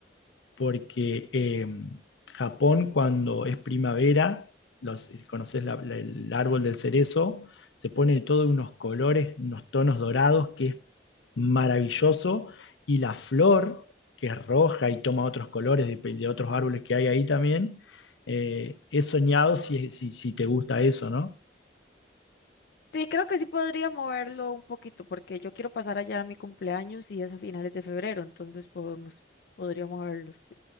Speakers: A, on the left; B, on the left.
A: porque eh, Japón cuando es primavera, los, eh, conoces la- la- el árbol del cerezo, se pone de todos unos colores, unos tonos dorados, que es maravilloso, y la flor, que es roja y toma otros colores de, de otros árboles que hay ahí también, eh, es soñado si, si, si te gusta eso, ¿no?
B: Sí, creo que sí podría moverlo un poquito porque yo quiero pasar allá a mi cumpleaños y es a finales de febrero, entonces podemos, podría moverlo, sí.